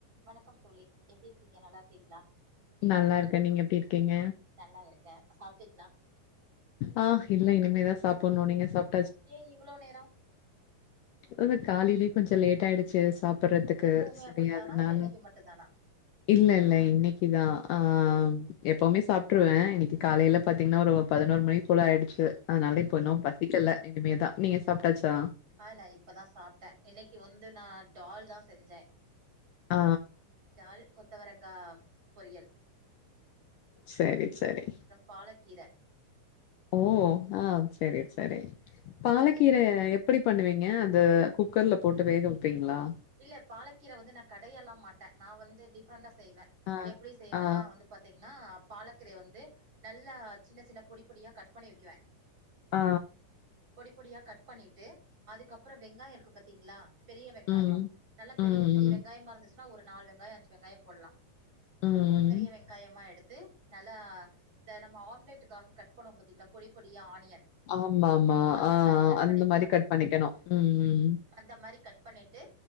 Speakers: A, on the right; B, on the left.
A: வணக்கம் தோழி எப்டி இருக்கீங்க நல்லா இருக்கீங்களா
B: நல்லா இருக்கே நீங்க எப்டி இருக்கீங்க
A: நல்லா இருக்கே சாப்பிட்டீங்களா
B: ஆ இல்ல இனிமே தா சாப்பிடணு நீங்க சாப்
A: ஏன் இவ்ளோ நேரம்
B: அது காலயிலயு கொஞ்ச லேட் ஆயிடுச்சி சாப்பிடறதுக்கு
A: எப்பவுமே
B: சரி
A: அப்டித்தானா
B: அதனால
A: இல்ல இன்னைக்கு மட்டுந்தானா
B: இல்ல இல்ல இன்னைக்குதா ஆ
A: இன்னைக்குதா. ஓகே
B: எப்பவுமே சாப்டுருவே இன்னைக்கு காலையில பாத்தீங்கன்னா ஒரு பதினோரு மணிக்கு போல ஆயிடுச்சி அதனால
A: ஓகே
B: இப்ப இன்னு பசிக்கல இனிமே தா நீங்க சாப்பிட்டாச்சா
A: ஆ நா இப்பதா சாப்பிட்டே இன்னைக்கு வந்து நா டால் தா செஞ்சே
B: ஆ
A: டால் கொத்தவரங்கா பொரியல்
B: சரி சரி
A: பாலக்கீரை
B: ஓ ஆ சேரி சேரி பாலக்கீரை
A: நீங்க
B: எப் புடி பண்ணுவீங்க அந்த குக்கர்ல போட்டு வேக வைப்பீங்களா
A: இல்ல பாலக்கீர வந்து நா கடய எல்லா மாட்டே நா வந்து டிஃப்ரெண்டண்டா செய்வே
B: ஆ
A: எப்டி செய்வேன்னா
B: ஆ
A: வந்து பாத்தீங்கன்னா பாலக்கரைய வந்து நல்லா சின்ன சின்ன பொடி பொடியா கட் பண்ணி வைக்குவே
B: ஆ
A: பொடி பொடியா கட் பண்ணிட்டு அதுக்கப்புறோ வெங்காயோ இருக்கு பாத்தீங்ளா பெரிய வெங்காயோ
B: ம்.
A: நல்லா
B: ம்,
A: பெரிய பெரிய வெங்காயமா இருந்துச்சுனா ஒரு நாலு வெங்காயோ அஞ்சு வெங்காயோ போட்லா
B: ம்.
A: பெரிய வெங்காயமா எடுத்து நல்லா இந்த நம்ம ஆம்லேட்டுக்காக கட் பண்ணுவோ பாத்தீங்ளா பொடி பொடியா ஆனியன்
B: ஆமா ஆமா
A: அந்த
B: ஆ
A: மாரி கட்
B: அந்த
A: பண்ணிக்குவே
B: மாரி கட் பண்ணிக்கணு
A: ம்
B: ம்
A: அந்த மாரி கட் பண்ணிட்டு